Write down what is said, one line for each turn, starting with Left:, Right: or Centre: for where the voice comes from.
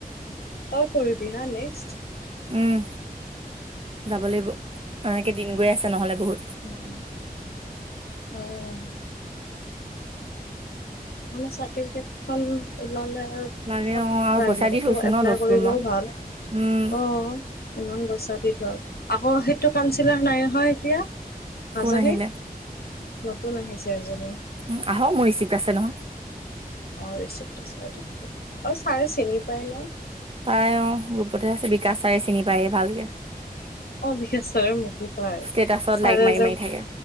Left: তই পঢ়িবি হা নেক্সট।
Right: উম, যাব লাগিব এনেকে দিন গৈ আছে নহ'লে বহুত।
Left: <unintelligible> উম, মানে চাৰ্টিফিকেট খন ওলালে আৰু
Right: লাগে
Left: ক'বাত
Right: অ আৰু
Left: প্ৰাইভেটতো
Right: পইচা দি থৈছো
Left: এপ্লাই
Right: ন দহ
Left: কৰিবও
Right: ৰুমত
Left: ভাল
Right: উম
Left: অ, ইমান পইচা দি ধৰ আকৌ সেইটো কাউঞ্চিলাৰ নাই নহয় এতিয়া। নাজানি
Right: কোন আহিলে
Left: নতুন আহিছে এজনী।
Right: উম, আহক মোৰ ৰিচিপ্ট আছে নহয়।
Left: অ, ৰিচিপ্ট আছে যদি হ'ব আৰু ছাৰে চিনি পাই ন'।
Right: পায় অ, গ্ৰুপতে আছে বিকাচ চাৰে চিনি পায়ে ভালকে।
Left: অ, বিশেষচাৰে মোকো পায়
Right: ষ্টেটাচত
Left: ছাৰে
Right: লাইক মাৰি
Left: যে
Right: মাৰি থাকে